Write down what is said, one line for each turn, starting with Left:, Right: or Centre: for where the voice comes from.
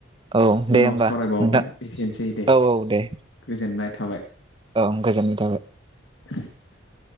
Right: औ दे
Left: उनाव
Right: होमबा
Left: सावरायबावगोन
Right: नोंथां
Left: एसेनोसै दे।
Right: औ औ दे
Left: गोजोननाय थाबाय।
Right: औ गोजोननाय थाबाय।
Left: <inaudible>